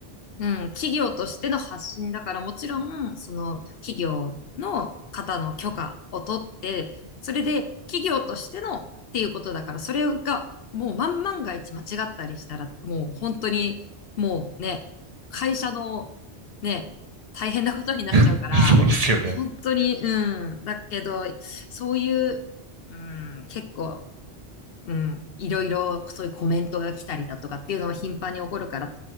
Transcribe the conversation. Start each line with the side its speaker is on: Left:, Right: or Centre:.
Left: うん、企業としての発信だから、もちろん、その企業の方の許可を取って、それで企業としてのっていうことだから、それがもう万万が一間違ったりしたら、もう本当に、もうね、会社のね、大変なことになっちゃうから、
Right: <laughs> そうですよね。
Left: 本当に、うん、だけど、そういう、うん、結構うん、いろいろそういうコメントが来たりだとかっていうのは頻繁に起こるから、